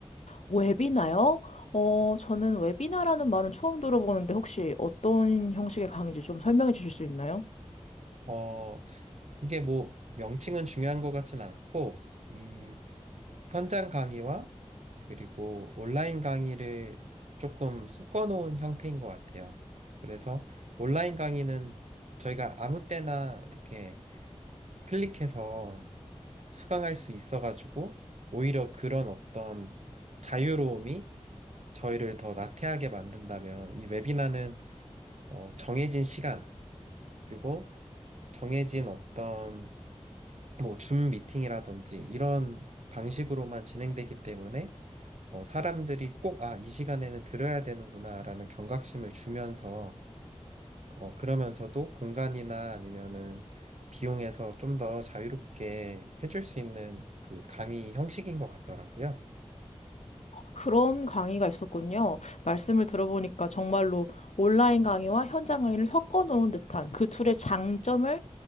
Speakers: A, on the left; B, on the right.
A: 웨비나요? 어, 저는 웨비나라는 말은 처음 들어보는데 혹시 어떤 형식의 강의인지 좀 설명해 주실 수 있나요?
B: 어, 이게 뭐 명칭은 중요한 것 같진 않고, 이 현장 강의와 그리고 온라인 강의를 조금 섞어놓은 형태인 것 같아요. 그래서 온라인 강의는 저희가 아무 때나 이렇게 클릭해서 수강할 수 있어가지고 오히려 그런 어떤 자유로움이 저희를 더 나태하게 만든다면 이 웨비나는 어, 정해진 시간 그리고 정해진 어떤 뭐 줌 미팅이라든지 이런 방식으로만 진행되기 때문에 어, 사람들이 꼭, 아, 이 시간에는 들어야 되는구나라는 경각심을 주면서, 어, 그러면서도 공간이나 아니면은 비용에서 좀 더 자유롭게 해줄 수 있는 그 강의 형식인 것 같더라고요.
A: 그런 강의가 있었군요. 말씀을 들어보니까 정말로 온라인 강의와 현장 강의를 섞어 놓은 듯한 그 둘의 장점을